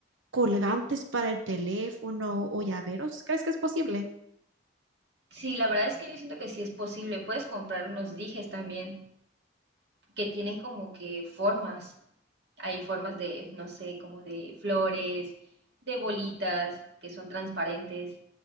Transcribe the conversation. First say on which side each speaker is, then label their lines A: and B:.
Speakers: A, on the right; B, on the right.
A: colgantes para el teléfono o llaveros? ¿Crees que es posible?
B: Sí, la verdad es que yo siento que sí es posible. Puedes comprar unos dijes también que tienen como que formas Hay formas de, no sé, como de flores, de bolitas que son transparentes,